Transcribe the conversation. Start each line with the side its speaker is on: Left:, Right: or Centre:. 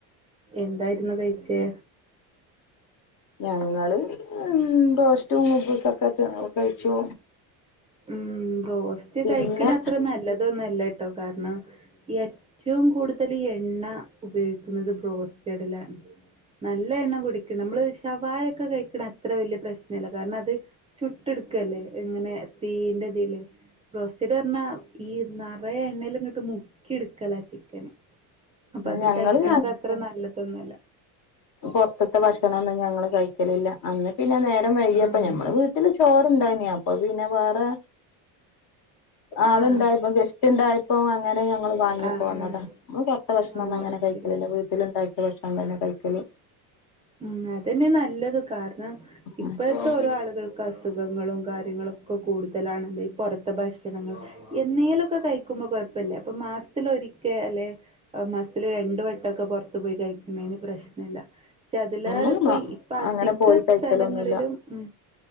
Right: എന്തായിരുന്നു കയിച്ചേ?
Left: ഞങ്ങള് ഇൻ ബ്രോസ്റ്റും കുബൂസൊക്കെ ക്കെ കയിച്ചു
Right: ഉും ബ്രോസ്റ്റ്
Left: പിന്നെ
Right: കയിക്കണത്ര നല്ലതൊന്നുല്ല ട്ടോ കാരണം ഏറ്റവും കൂടുതല് എണ്ണ ഉപയോഗിക്കുന്നത് ബ്രോസ്റ്റഡിലാണ് നല്ല എണ്ണകുടിക്കും നമ്മള് ശവായൊക്കെ കഴിക്കണത്ര വെല്ല്യ പ്രശ്നല്ല കാരണം അത് ട്ട് ഇട്ക്കല്ലേ ഇങ്ങനെ തീയിന്റെതില് ബ്രോസ്റ്റഡ്റഞ്ഞാ ഈ നറേ എണ്ണേല്ങ്ങട്ട് മുക്കിട്ക്കല ചിക്കന് അപ്പൊ അത്
Left: ഞങ്ങള്
Right: കഴിക്കണത് അത്ര നല്ലതൊന്നുല്ല
Left: പൊറ്ത്ത്ത്തെ ഭക്ഷണന്നും ഞങ്ങള് കയിക്കലില്ല അന്ന് പിന്നെ നേരം വൈകിയപ്പോ
Right: ആഹ്
Left: ഞമ്മൾ വീട്ട് വീട്ടില് ചോറണ്ടായിന് അപ്പപിന്നെ വേറെ ആളുണ്ടായപ്പോ
Right: ആഹ്
Left: ഗസ് റ്റ്ണ്ടായപ്പം അങ്ങനെ ഞങ്ങള് വാങ്ങിപ്പോന്നത
Right: ആഹ്
Left: നമ്മള്പൊറത്തഭക്ഷണന്നു
Right: ആഹ് ഓ
Left: അങ്ങനെ
Right: അത്
Left: കയിക്കല്
Right: ശരി
Left: ല്ല വീട്ടിലുണ്ടാക്കിയ ഭക്ഷണം തന്നെ കൈക്കല്
Right: ഉും അതന്നെ നല്ലത് കാരണം
Left: ഉം
Right: ഇപ്പോഴത്തെ ഓരോ ആളുകൾക് ക്ക അസുഖങ്ങളും കാര്യങ്ങളൊക്കെ കൂടുതലാണല്ലോ ഈ പൊറത്ത് ത ഭക്ഷണങ്ങള് എന്നേലൊക്കെ കയി ക്കുമ്പോ കൊയപ്പല്ല അപ്പൊ മാസത്തിലൊരിക്കെ ല്ലെ മാസത്തില് രണ്ട് വട്ടോക്കെ പൊറത്ത് പോയി കയിക്ക്ണേന് പ്രശ്നല്ല പക്ഷെ അതിലേറെപ്പൊ
Left: നമ്മള്
Right: ഇപ്പൊ അധിക
Left: അങ്ങനെ പോയി
Right: സ്ഥലങ്ങളിലും
Left: കഴിക്കലൊന്നുല്ല
Right: ഉും